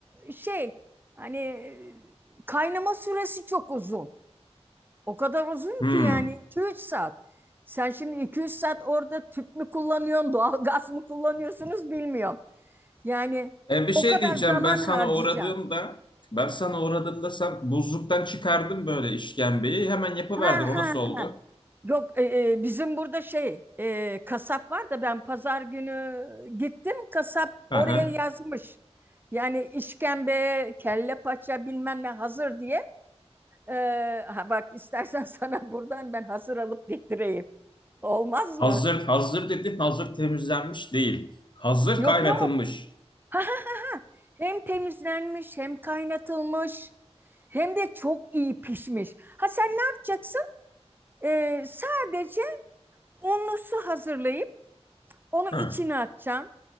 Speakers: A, on the right (about 20°); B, on the left (about 45°).
A: şey hani e, kaynama süresi çok uzun. O kadar uzun
B: Hmm.
A: ki yani iki üç saat. Sen şimdi iki üç saat orada tüp mü kullanıyorsun, doğal gaz mı kullanıyorsunuz bilmiyorum. Yani
B: E, bir şey
A: o kadar
B: diyeceğim.
A: zaman
B: Ben sana
A: harcayacaksın.
B: uğradığımda ben sana uğradığımda sen buzluktan çıkardın böyle işkembeyi. Hemen yapıverdin.
A: Ha
B: O
A: ha.
B: nasıl oldu?
A: ha. Yok e, e, bizim burada şey e, kasap var da ben pazar günü gittim kasap
B: Hı
A: oraya
B: hı.
A: yazmış. Yani işkembe, kelle paça bilmem ne hazır diye. E, ha bak istersen <laughs> sana buradan ben hazır alıp getireyim. Olmaz
B: Hazır,
A: mı?
B: hazır dedi. Hazır temizlenmiş değil. Hazır
A: Yok
B: kaynatılmış.
A: yok. Ha, ha, ha, ha. Hem temizlenmiş hem kaynatılmış. Hem de çok iyi pişmiş. Ha sen ne yapacaksın? E, sadece unlu su hazırlayıp onu içine
B: Hı.
A: atacaksın.